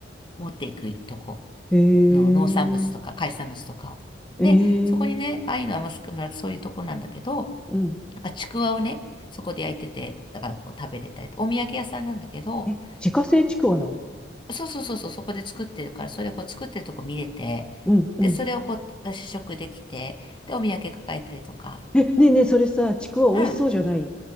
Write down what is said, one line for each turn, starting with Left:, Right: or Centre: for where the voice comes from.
Left: う、持っていくとこ
Centre: へえ。
Left: の農産物とか海産物とかを。
Centre: え
Left: で、そこにね、
Centre: え。
Left: 愛の天草村ってそういうとこなんだけど、
Centre: うん。
Left: なんかちくわをね、そこで焼いてて、だからこう食べれたりと、お土産屋さんなんだけど、
Centre: え、自家製ちくわなの
Left: そうそうそうそう、そこで作ってるから、それをこう作ってるとこ見れて、
Centre: うんうん。
Left: で、それをこう試食できて、で、お土産抱えたりとか。
Centre: え、ねえねえ、それさ、ちくわ美味しそうじゃない
Left: うん。あ